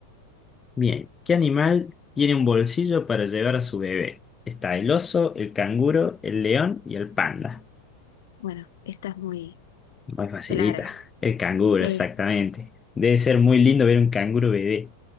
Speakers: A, on the left; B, on the left.
A: Bien, ¿qué animal tiene un bolsillo para llevar a su bebé? Está el oso, el canguro, el león y el panda.
B: bueno, esta es muy
A: Muy facilita.
B: clara.
A: El canguro,
B: Sí.
A: exactamente. Debe ser muy lindo ver un canguro bebé.